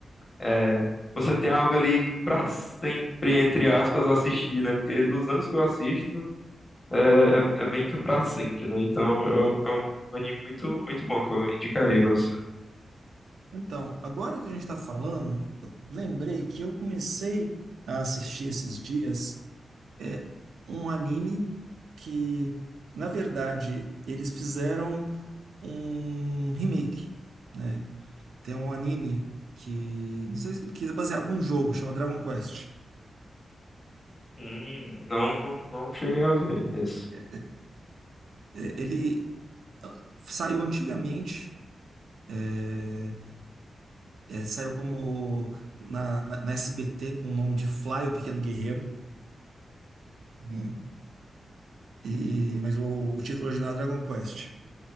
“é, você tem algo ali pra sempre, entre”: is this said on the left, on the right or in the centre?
Left